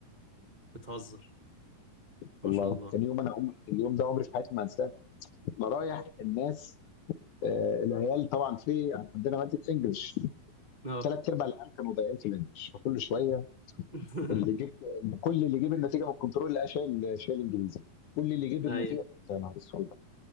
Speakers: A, on the right; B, on the left.
A: بتهزر ما
B: والله
A: شاء الله
B: كان يوم انا عمري اليوم ده عمري في حياتي ما انساه انا رايح الناس آه العيال طبعا في عندنا ماده انجلش
A: اه
B: ثلاث ارباع العيال كانوا ضايعين في الانجلش فكل شويه
A: <laughs>
B: اللي جيب كل اللي جيب النتيجه من الكنترول لقى شايل شايل انجليزي كل اللي جيب النتيجه
A: ايوه
B: يا نهار اسود